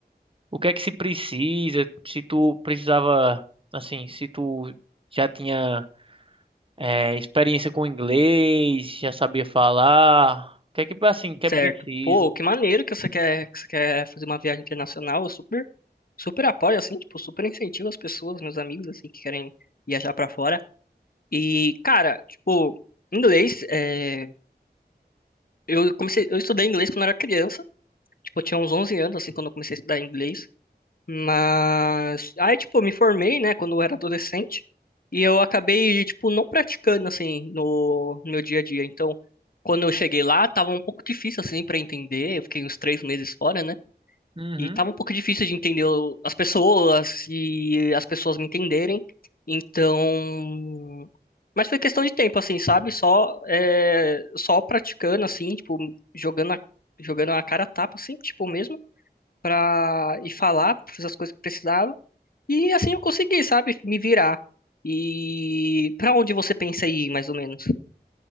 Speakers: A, on the right; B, on the left.
A: o que é que se precisa? Se tu precisava. Assim, se tu já tinha é, experiência com inglês, já sabia falar. O que é que, assim, que
B: Certo.
A: é precisa?
B: Pô, que maneiro que você quer, que você quer fazer uma viagem internacional. Eu super, super apoio, assim, tipo, super incentivo as pessoas, meus amigos, assim, que querem viajar pra fora. E, cara, tipo, inglês, é, eu comecei, eu estudei inglês quando eu era criança. Tipo, eu tinha uns 11 anos, assim, quando eu comecei a estudar inglês. Mas aí, tipo, eu me formei, né, quando eu era adolescente, e eu acabei, tipo, não praticando assim no, no meu dia a dia. Então, quando eu cheguei lá, tava um pouco difícil assim para entender. Eu fiquei uns três meses fora, né?
A: Uhum.
B: E tava um pouco difícil de entender o- as pessoas e as pessoas me entenderem. Então, mas foi questão de tempo, assim, sabe? Só, é, só praticando, assim, tipo, jogando a, jogando a cara a tapa, assim, tipo mesmo, pra ir falar, fazer as coisas que precisava. E assim eu consegui, sabe, me virar. E pra onde você pensa em ir, mais ou menos?